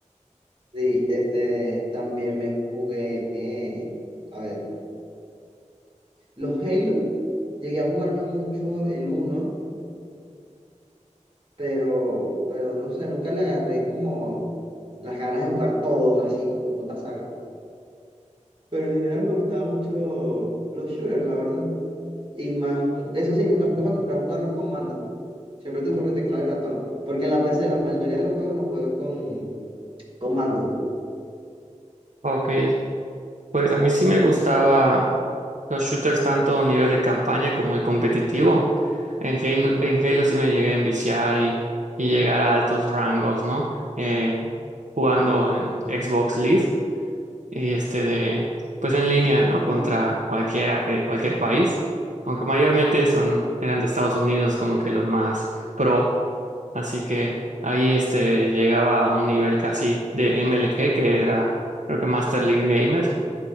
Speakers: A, on the right; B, on the right.
A: Sí, este, también me jugué, eh, a ver, los Halo, llegué a jugarme mucho el uno pero, pero no sé, nunca le agarré como las ganas de jugar todos así como esta saga. Pero en general me gustaban mucho los shooters, la verdad. Y más, eso sí, nunca me acostumbré a jugar los comandos. Siempre tuve con teclado y ratón. Porque en la PC la mayoría de los juegos los juego con comando.
B: Ok, Pues a mí sí me gustaba los shooters tanto a nivel de campaña como de competitivo. En Halo, en Halo sí me llegué a enviciar y, y llegar a altos rangos, ¿no? En- jugando en Xbox Live y este de, pues en línea, ¿no? Contra cualquiera que de cualquier país, aunque mayormente son, eran de Estados Unidos como que los más pro. Así que ahí este llegaba a un nivel casi de MLG que era creo que Master League Gamer